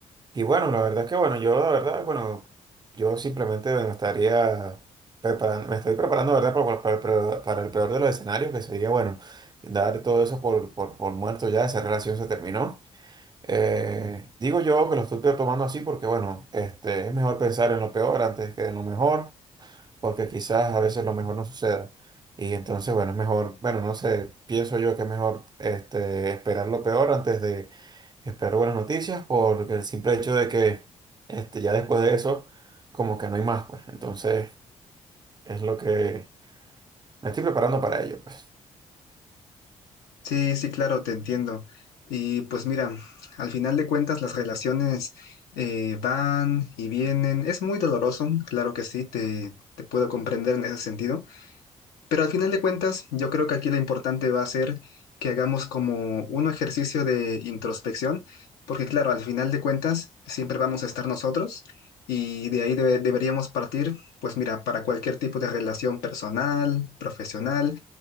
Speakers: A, on the right (about 25°); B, on the left (about 75°).
A: Y bueno, la verdad es que bueno, yo la verdad, bueno, yo simplemente me estaría preparando, me estoy preparando, la ¿verdad? Para, para- para- para el peor de los escenarios, que sería, bueno, dar todo eso por, por, por muerto ya, esa relación se terminó. Eh, digo yo que lo estoy tomando así porque, bueno, este, es mejor pensar en lo peor antes que en lo mejor porque quizás a veces lo mejor no suceda. Y entonces, bueno, es mejor, bueno, no sé, pienso yo que es mejor este, esperar lo peor antes de esperar buenas noticias, porque el simple hecho de que este, ya después de eso, como que no hay más, pues. Entonces, es lo que me estoy preparando para ello, pues.
B: Sí, sí, claro, te entiendo. Y pues mira, al final de cuentas las relaciones eh, van y vienen. Es muy doloroso, claro que sí, te, te puedo comprender en ese sentido. Pero al final de cuentas yo creo que aquí lo importante va a ser que hagamos como un ejercicio de introspección, porque claro, al final de cuentas siempre vamos a estar nosotros y de ahí debe- deberíamos partir, pues mira, para cualquier tipo de relación personal, profesional.